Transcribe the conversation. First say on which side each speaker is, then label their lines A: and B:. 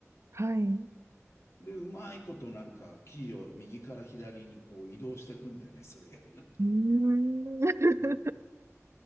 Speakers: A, on the right; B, on the left.
A: はい、
B: で、うまいことなんか生地を右から左にこう移動していくんだよね、それやりなが
A: うーん。<laughs>
B: ら。うん